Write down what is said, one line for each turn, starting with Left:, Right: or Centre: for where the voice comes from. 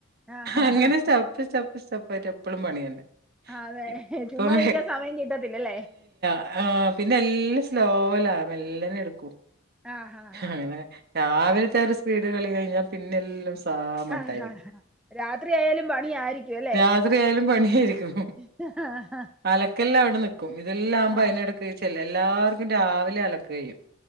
Centre: ആഹ്
Right: അങ്ങനെ
Centre: ആഹ്
Right: സ്റ്റപ്പ് സ്റ്റപ്പ് സ്റ്റപ്പായിട്ട് എപ്പളും പണി തന്നെ
Centre: അതെ
Right: ഇപ്പം
Centre: ചുമ്മാ ഇരിക്കാൻ സമയം കിട്ടത്തില്ലല്ലേ
Right: ആഹ് പിന്നെ എല്ലാം സ്ലോയ്ലാ മെല്ലനെ എടുക്കും
Centre: ആഹ് ആഹ് ആഹ്
Right: അങ്ങനെ രാവിലത്തെ ആ ഒര് സ്പീഡ് കളി കഴിഞ്ഞാ പിന്നെല്ലം പാ മട്ടായിരിക്കും,
Centre: ആഹ് ആഹ് ആഹ് രാത്രിയായാലും പണിയായിരിക്കും അല്ലേ
Right: രാത്രി ആയാലും പണിയായിരിക്കും
Centre: <unintelligible>
Right: അലക്കെല്ലാം അവടെ നിക്കും ഇതെല്ലാം ആവുമ്പ
Centre: ആഹ്
Right: അയ്നെടക്ക്‌ ചെ എല്ലാർക്കും രാവിലെ അലക്കയും